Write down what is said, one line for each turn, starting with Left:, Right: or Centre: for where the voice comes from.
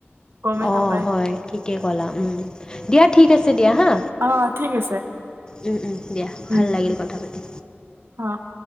Right: গমেই
Left: অ',
Right: নাপায়
Left: হয় ঠিকে ক'লা উম দিয়া ঠিক আছে দিয়া হা।
Right: অ', ঠিক আছে।
Left: উম, উম, দিয়া
Right: উম
Left: ভাল লাগিল কথা পাতি।
Right: অ, '